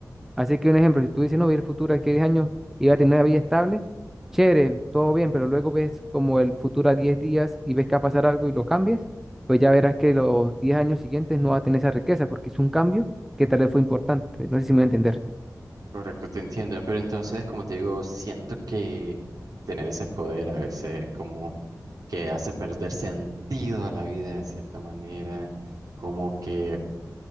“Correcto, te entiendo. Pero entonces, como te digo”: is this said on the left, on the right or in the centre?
Right